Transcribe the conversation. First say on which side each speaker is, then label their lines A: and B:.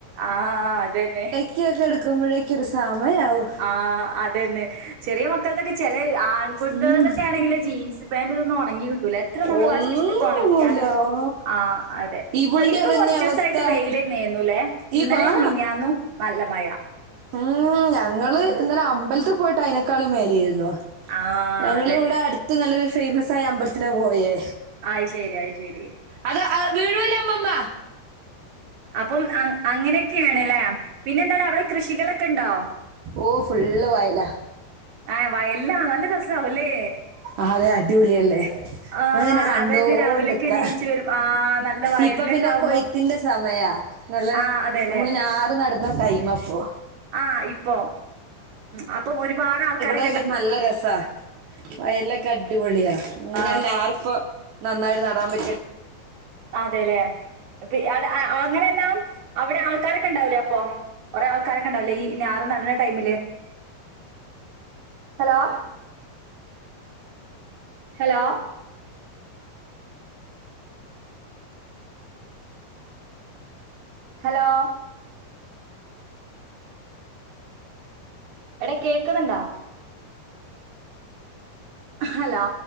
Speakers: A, on the right; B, on the right.
A: ആഹ് അതന്നെ.
B: ക്കിയൊക്കെ എടുക്കുമ്പെഴേക്കൊരു സമയാവും.
A: ആഹ് അതന്നെ. ചെറിയ മക്കക്കൊക്കെ ചെലേ ആൺകുട്ടികൾതൊക്കെ
B: ഉം.
A: ആണെങ്കിൽ ജീൻസ് പാന്റിതൊന്നും ഒണങ്ങി കിട്ടൂല. എത്ര നമ്മൾ
B: ഒന്നും
A: വാഷിങ് മെഷീനിലിട്ട് ഉണക്ക്യാലും,
B: ഇറങ്ങൂല ഓ
A: ആഹ് അതെ.
B: ഇവളുടെ
A: ഇപ്പൊ ഇപ്പൊ
B: അതന്നെ
A: കുറച്ചൂസായി
B: അവസ്ഥ
A: ട്ട് വെയിലെന്നേന്നുല്ലേ. ഇന്നലേം
B: ഈ ആ
A: മിഞ്ഞാന്നും നല്ല മഴ.
B: ഉം ഞങ്ങള്
A: ഉം
B: ഇന്നലെ അമ്പലത്ത് പോയിട്ട് അയിനേക്കാളും മേലേന്നു.
A: ആഹ്
B: ഞങ്ങളിവിടെ
A: അതെ.
B: അടുത്ത് നല്ലൊരു ഫേമസായ അമ്പലത്തിലാ പോയേ.
A: ആയി ശരി അയി ശരി.
B: അത് അഹ് വീഴൂലാ അമ്മമ്മ.
A: അപ്പം അങ് അങ്ങനെയൊക്കേണ്ല്ലേ. പിന്നെന്താടാ അവിടെ കൃഷികളൊക്കെണ്ടോ?
B: ഓഹ് ഫുള്ള് വയലാ.
A: ഏഹ് വയൽ ലാ നല്ല രസാവുംലേ.
B: ആഹ്തെ അടിപൊളിയല്ലേ.
A: ആഹ്
B: അഹ് ങ്ങനെ കണ്ടോണ്ട്ക്ക.
A: അതായത് രാവിലെയൊക്കെ എണീച്ച് വരും ആഹ് നല്ല വയലിലൊക്കെ
B: ഇപ്പൊ പിന്നെ
A: ആവുമ്പോ
B: കൊയ്ത്തിന്റെ സമയാ. നല്ല
A: ആഹ് അതെലേ
B: നമ്മള് ഞാറ് നടുന്ന ടൈമാപ്പോ.
A: ആഹ് ഇപ്പോ. ഉം അപ്പം ഒരുപാട് ആൾക്കാരെ
B: ക്കെയിട്ട് നല്ല രസാ. വയലിലൊക്കെ അടിപൊളിയാ ഇങ്ങനെ
A: ആ
B: ഞാ ർപ്പൊ നന്നായിട്ട് നടാൻ പറ്റ്
A: അതേലെ. പി അവിടെ അങ്ങനെല്ലാം അവിടെ ആൾക്കാരൊക്കെ ഇണ്ടാവുലെ അപ്പം. കൊറെ ആൾക്കാരൊക്കെ ഇണ്ടാവുലെ ഈ ഞാറ് നട്ണ ടൈമില്. ഹലോ ഹലോ ഹലോ എട കേക്കുന്നുണ്ടാ. ഹലോ.